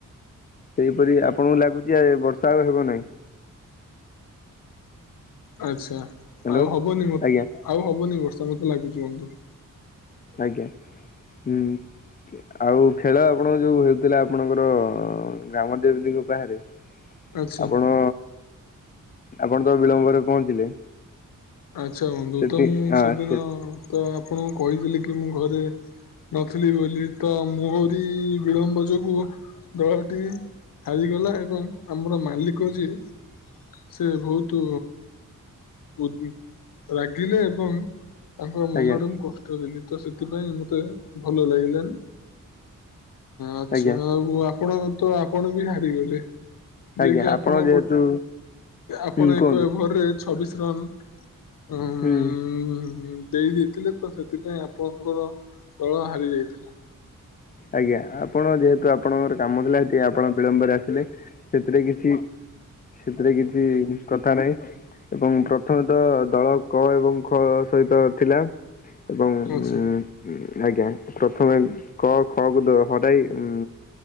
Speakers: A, on the left; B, on the left.
A: ସେହିପରି ଆପଣଙ୍କୁ ଲାଗୁଛି ଆ ଏ ବର୍ଷା ଆଉ ହେବ ନାହିଁ।
B: ଆଚ୍ଛା
A: ହ୍ୟାଲୋ
B: ଆଉ ହବନି ମତେ
A: ଆଜ୍ଞା
B: ଆଉ ହବନି ବର୍ଷା ମତେ ଲାଗୁଛି ବନ୍ଧୁ।
A: ଆଜ୍ଞା ହୁଁ। ଆଉ ଖେଳ ଆପଣଙ୍କ ଯୋଉ ହେଉଥିଲା ଆପଣଙ୍କର ଗ୍ରାମ ଦେବତି ଙ୍କ ପାଖରେ।
B: ଆଚ୍ଛା
A: ଆପଣ ଆପଣ ତ ବିଳମ୍ବରେ ପହଞ୍ଚିଲେ।
B: ଆଚ୍ଛା ବନ୍ଧୁ
A: ସେଠି
B: ତ ମୁଁ
A: ହଁ
B: ସେଦିନ
A: ସେ
B: ତ ଆପଣଙ୍କୁ କହିଥିଲି କି, ମୁଁ ଘରେ ନଥିଲି ବୋଲି ତ ମୋରି ବିଳମ୍ବ ଯୋଗୁ। ଦଳଟି ହାରିଗଲା ଏବଂ ଆମର ମାଲିକ ଯିଏ। ସେ ବହୁତ ଉ ରାଗିଲେ ଏବଂ ତାଙ୍କ ମନରେ
A: ଆଜ୍ଞା
B: ମୁଁ କଷ ଷ୍ଟ ଦେଲି ତ ସେଥିପାଇଁ ମତେ ଭଲ ଲାଗିଲାନି। ଆଚ୍ଛା
A: ଆଜ୍ଞା
B: ଆଉ ଆପଣଙ୍କ ତ ଆପଣ ବି ହାରିଗଲେ।
A: ଆଜ୍ଞା
B: ଯିଏ କିି ଆପଣ
A: ଯେହେତୁ
B: ଗୋ ଆପଣ
A: ହୁଁ କୁହନ୍ତୁ
B: ଏକ ଓଭରରେ ଛବିଶ ରନ। ଅମ୍
A: ହୁଁ।
B: ମ୍ ଦେଇ ଦେ ଇ ଥିଲେ ତ ସେଥିପାଇଁ ଆପଣଙ୍କର ଦଳ ହାରି ଯାଇଥିଲା।
A: ଆଜ୍ଞା ଆପଣ ଯେହେତୁ ଆପଣଙ୍କର କାମ ଥିଲା ସେଥିପାଇଁ ଆପଣ ବିଳମ୍ବରେ ଆସିଲେ ସେଥିରେ କିଛି। ସେଥିରେ କିଛି କଥା ନାହିଁ। ଏବଂ ପ୍ରଥମେ ତ ଦଳ କ ଏବଂ ଖ ସହିତ ଥିଲା। ଏବଂ
B: ଆଚ୍ଛା
A: ଉଁ ଆଜ୍ଞା ପ୍ରଥମେ କ। ଖ କୁ ଦ ହରାଇ ଉଁ